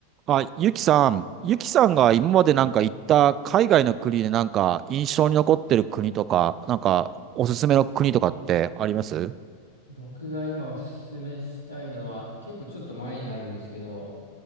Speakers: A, on the right (about 30°); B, on the left (about 80°).
A: あ、ゆきさん、ゆきさんが今までなんか行った海外の国でなんか印象に残ってる国とか、なんかおすすめの国とかってあります
B: 僕が今おすすめしたいのは、結構ちょっと前になるんですけど、